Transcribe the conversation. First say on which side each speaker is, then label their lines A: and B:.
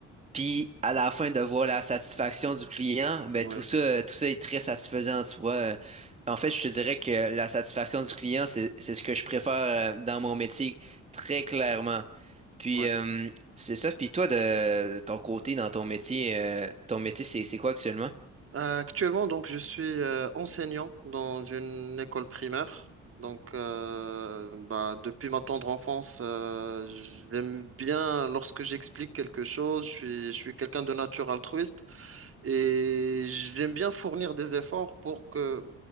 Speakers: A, on the right (about 20°); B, on the right (about 45°).
A: puis à la fin de voir la satisfaction du client, ben,
B: ouais,
A: tout ça, euh, tout ça est très satisfaisant, tu vois. Euh, En fait, je te dirais que la satisfaction du client, c'est, c'est ce que je préfère, euh, dans mon métier, très clairement. Puis
B: ouais.
A: euh, c'est ça. Puis toi, de, ton côté, dans ton métier, euh, ton métier, c'est c'est quoi actuellement?
B: Euh, actuellement, donc, je suis euh, enseignant dans une école primaire. Donc, euh, bah, depuis ma tendre enfance, euh, j'aime bien lorsque j'explique quelque chose. Je suis, je suis quelqu'un de nature altruiste. Et j'aime bien fournir des efforts pour que